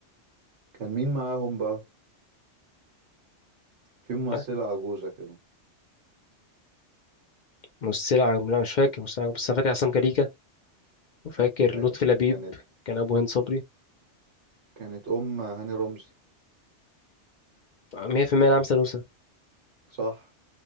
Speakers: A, on the right (about 80°); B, on the left (about 55°).
A: كان مين معاهم بقى في ممثلة
B: آه،
A: عجوزة كده
B: مسلسل عجب- لا مش فاكر مسلسل عجب- بس أنا فاكر عصام كاريكا وفاكر
A: ايوه
B: لطفي لبيب
A: كانت
B: كان أبو هند صبري
A: كانت ام هاني رمزي
B: 100% نعم سلوسة
A: صح